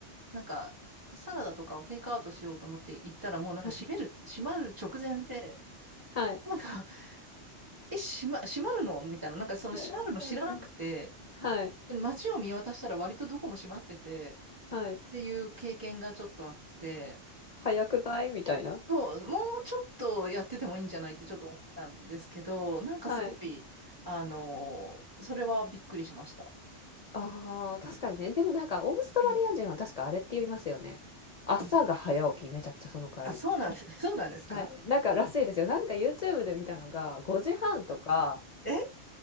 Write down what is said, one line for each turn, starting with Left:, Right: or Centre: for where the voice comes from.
Right: なんかサラダとかをテイクアウトしようと思って行ったら、もうなんか閉める、
Left: はい。
Right: 閉まる直前で、
Left: はい。
Right: なんか、<laughs> え、閉ま、閉まるのみたいな、なんかその閉まるの知らなくて、
Left: うんうんうん。はい。
Right: 街を見渡したら割とどこも閉まってて、
Left: はい。
Right: っていう経験がちょっとあって、
Left: 早くないみたいな。
Right: そう、もうちょっとやっててもいいんじゃないってちょっと思ったんですけど、なんかすごい、
Left: はい。
Right: あのそれはびっくりしました。
Left: ああ、確かにね。でもなんかオーストラリア人は確かあれって言いますよね。
Right: うん
Left: 朝が早起き、
Right: うん
Left: めちゃくちゃその代わり。
Right: あ、そうなんです、<laughs> そうなんですか
Left: はい。なんからしいですよ。なんか YouTube で見たのが、5時半とか
Right: え、え、